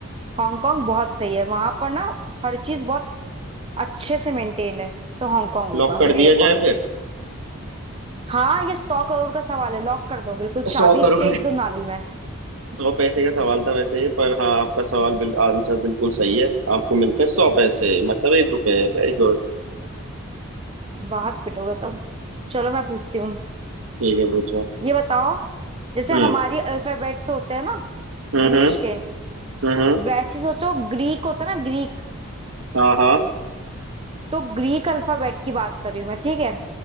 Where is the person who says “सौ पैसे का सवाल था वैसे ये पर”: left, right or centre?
Right